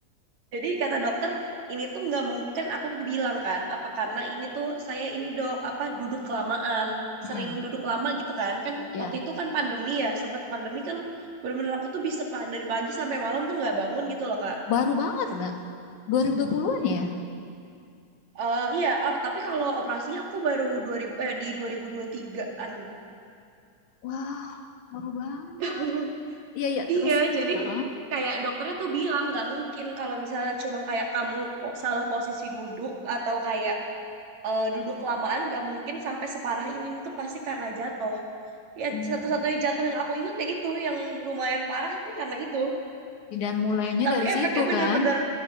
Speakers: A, on the right; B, on the left.
A: Jadi kata dokter, ini tuh nggak mungkin kan aku bilang kan, apa karena ini tuh saya ini dok, apa duduk kelamaan,
B: Mm-mm.
A: sering duduk lama gitu kan. Kan
B: Ya,
A: waktu itu kan pandemi ya, sempat pandemi kan bener-bener aku tuh bisa pa- dari pagi sampai malam tuh nggak bangun gitu loh Kak.
B: baru banget nggak? 2020 puluhan ya?
A: Eh, iya, aku- tapi kalau operasinya aku baru 2000 eh di 2023-an.
B: Wah, baru banget.
A: <laughs>
B: Iya, iya, terus.
A: Iya, jadi
B: Heeh.
A: Kayak dokternya tuh bilang nggak mungkin kalau misalnya cuma kayak kamu po- salah posisi duduk atau kayak eh, duduk kelamaan nggak mungkin sampai separah ini ini tuh pasti karena jatuh. Ya
B: Hmm.
A: satu-satunya jatuh yang aku inget ya itu yang lumayan parah tuh karena itu.
B: Dan mulainya
A: Tapi
B: dari
A: efeknya
B: situ
A: bener-bener
B: kan.